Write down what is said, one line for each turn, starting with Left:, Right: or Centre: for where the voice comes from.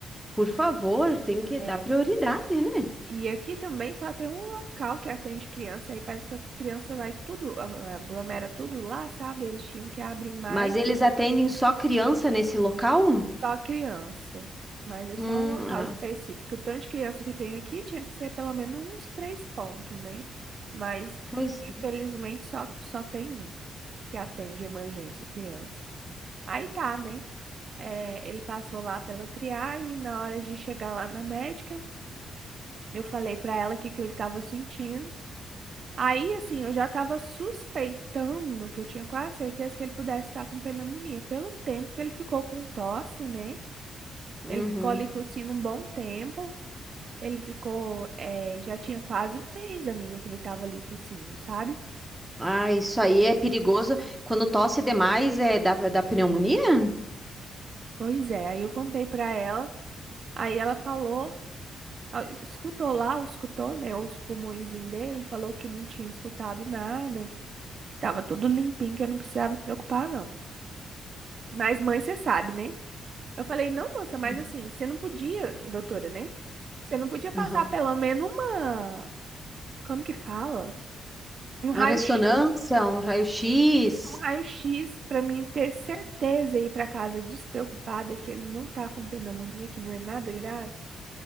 Centre: por favor, tem que
Right: é,
Centre: dar prioridade, né?
Right: e aqui também só tem um local que atende criança, aí parece que as crianças vai tudo, a- aglomera tudo lá, sabe? Eles tinham que abrir mais.
Centre: Mas eles atendem só criança nesse local?
Right: Só criança. Mas é
Centre: Hum,
Right: só um local
Centre: ah,
Right: específico. O tanto de criança que tem aqui tinha que ser pelo menos uns três pontos, né? Mas,
Centre: pois.
Right: infelizmente, só, só tem um que atende emergência criança. Aí tá, né? É, ele passou lá pela triagem. Na hora de chegar lá na médica, eu falei pra ela o que, que ele tava sentindo. Aí, assim, eu já tava suspeitando que eu tinha quase certeza que ele pudesse estar com pneumonia, pelo tempo que ele ficou com tosse, né?
Centre: Uhum.
Right: Ele ficou ali tossindo um bom tempo. Ele ficou, eh, já tinha quase um mês, amiga, que ele tava ali tossindo, sabe?
Centre: Ah, isso aí é perigoso. Quando tosse demais, é da, da pneumonia?
Right: Pois é, aí eu contei pra ela, aí ela falou, ah, es- escutou lá, escutou, né, os pulmõezinhos dele, falou que não tinha escutado nada, tava tudo limpinho, que eu não precisava me preocupar, não. Mas mãe, você sabe, né? Eu falei, não, moça, mas
Centre: Hum.
Right: assim, você não podia, doutora, né? Você não podia passar
Centre: Aham.
Right: pelo menos uma, como que fala? Um
Centre: Uma
Right: raio-x
Centre: ressonância, um raio-x.
Right: E Um raio-x para mim ter certeza e ir para casa despreocupada que ele não tá com pneumonia, que não é nada grave.